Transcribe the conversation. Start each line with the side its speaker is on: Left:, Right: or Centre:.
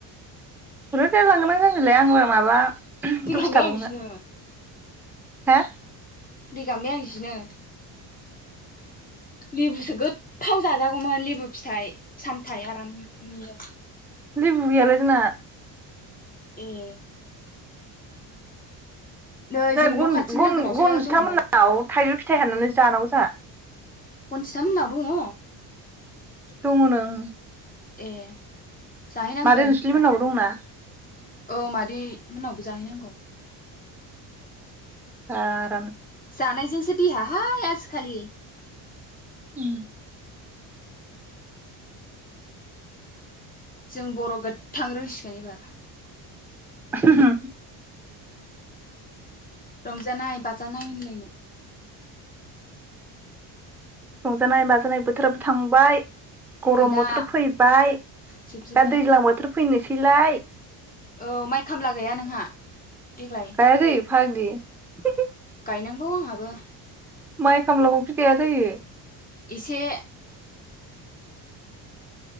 Centre: <unintelligible> <unintelligible> आंलाय माबा
Left: दै
Centre: दसे
Left: गारबाय
Centre: थाबावनो
Left: आं जिनो
Centre: हा
Left: दै गांबाय आं जिनो लेबुसो गोथथाव जाजागौमोन लेबु फिथाइ सामथाय आरामनो
Centre: लेबु गैयालै जोंना
Left: ए नै जों
Centre: गन-गन-गन-गनजिथामोननाव
Left: न' खाथिनि लोगोनावसो दंमोन
Centre: थाइजौ फिथ थाइ हाननानै जानांगौ जोहा
Left: खनजिथामोननाव दङ?
Centre: दङनो ओं
Left: ए जाहैनांगोन
Centre: मादै जोंसुलिमोननावबो
Left: होनबा
Centre: दंना
Left: औ मादै मोननावबो जाहैनांगौ।
Centre: दा
Left: जानाइजोंसो देहा हाय आजिखालि
Centre: उम।
Left: जों बर' गोथां रोंसिगोन एबार
Centre: होम होम।
Left: रंजानाय बाजानाय होनलायनो
Centre: रंजानाय बाजानाय बोथोराबो थांबाय गरम
Left: गैला
Centre: बोथोर फैबाय
Left: जोबजोब्बाय
Centre: दा दैज्लां बोथोर फै फैनोसैलाय
Left: औ माइ खामला गैया नोंहा? देग्लाय
Centre: गाया जायो? <unintelligible>
Left: गायनांगौ आंहाबो
Centre: माइ खामला गाया जायो?
Left: एसे